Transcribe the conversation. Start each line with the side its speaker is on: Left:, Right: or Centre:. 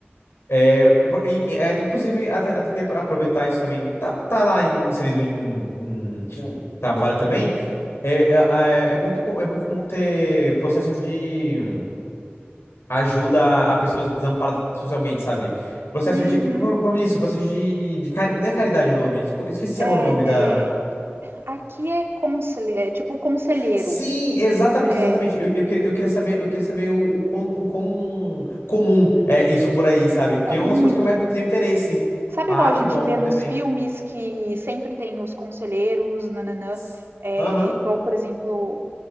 Left: É, pro- em- é, inclusive, até, até que pra aproveitar isso também, tá, tá lá inserido em, em Hum. trabalho também. É, é, é é muito, co- é muito comum ter processos de ajuda a pessoas desamparadas socialmente, sabe? Processos
Right: Uhum.
Left: de, como, como eu disse, processos de, de, cari- não é caridade o nome, esco- esqueci
Right: É,
Left: agora o nome da
Right: Aqui é conselheiro, é tipo conselheiro.
Left: Sim, exatamente,
Right: É,
Left: exatamente. Eu, eu, queria, eu queria saber, eu queria saber o, o quão, o quão comum é isso por aí, sabe? Porque
Right: ah,
Left: é uma
Right: muito.
Left: das coisas que eu mais tenho interesse.
Right: Sabe
Left: Ah,
Right: igual a
Left: que
Right: gente
Left: bom,
Right: vê nos
Left: ainda bem.
Right: filmes que sempre tem os conselheiros, nananã?
Left: S-
Right: É,
Left: Aham.
Right: igual, por exemplo,